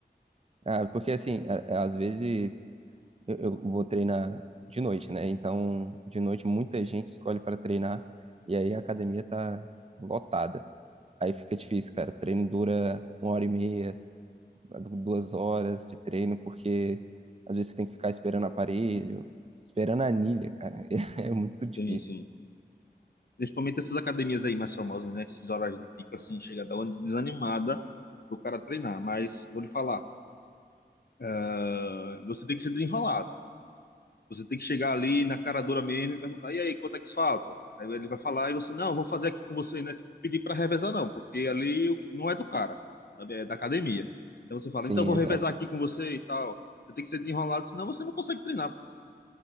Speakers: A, on the right; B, on the left.
A: Ah, porque assim, a- às vezes eu, eu vou treinar de noite, né? Então, de noite muita gente escolhe para treinar e aí a academia tá lotada. Aí fica difícil, cara. Treino dura uma hora e meia, duas horas de treino, porque às vezes você tem que ficar esperando aparelho, esperando a anilha, cara. <laughs> É muito difícil.
B: Sim, sim. Principalmente essas academias aí mais famosas, né? Esses horários de pico, assim, chega a dar uma desanimada pro cara treinar. Mas vou lhe falar, ah, você tem que se desenrolar. Você tem que chegar ali na cara dura mesmo e perguntar: e aí, quanto é que faltam? Aí ele vai falar e você: não, vou fazer aqui com você, né? Tipo, pedir para revezar, não, porque ali não é do cara, sabe? é da academia. Então você fala:
A: Sim,
B: então vou
A: exato.
B: revezar aqui com você e tal. Você tem que ser desenrolado, senão você não consegue treinar.